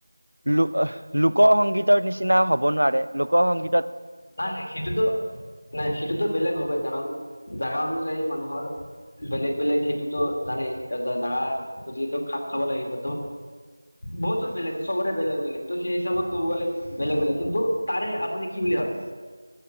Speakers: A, on the right; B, on the left.
A: লোক লোকসংগীতৰ নিচিনা হ'ব নোৱাৰে লোকসংগীত
B: নাই নাই সেইটোতো নাই সেইটোতো বেলেগ হবয়ে কাৰণ জাগা অনুযায়ী মানুহ ঘৰ। বেলেগ বেলেগ সেইটোতো জানেই জাগা বুজিতো খাপ খাব লাগিবতো। বহুতো বেলেগ চবৰে বেলেগ বেলেগ ত' সেই হিচাপত ক'ব গ'লে বেলেগ বেলেগ কিন্তু তাৰে আপুনি কি বুলি ভাবে?